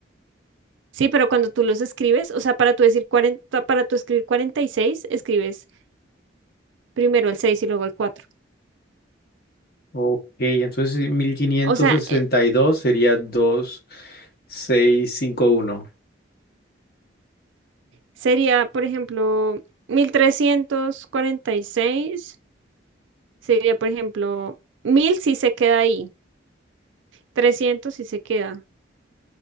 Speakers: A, on the right; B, on the left.
A: Sí, pero cuando tú los escribes, o sea, para tú decir 40, para tú escribir 46, escribes primero el 6 y luego el cuatro.
B: Ok, entonces sí, mil quinientos
A: O sea,
B: sesenta
A: eh,
B: y dos sería dos seis cinco uno
A: sería, por ejemplo, 1346. sería, por ejemplo, 1000 si se queda ahí, 300 si se queda,